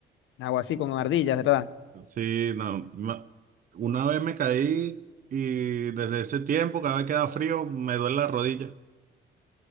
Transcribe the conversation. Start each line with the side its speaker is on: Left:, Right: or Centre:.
Left: Algo así con ardillas, ¿verdad?
Right: Sí, no. ma- Una vez me caí y desde ese tiempo, cada vez que da frío, me duele la rodilla.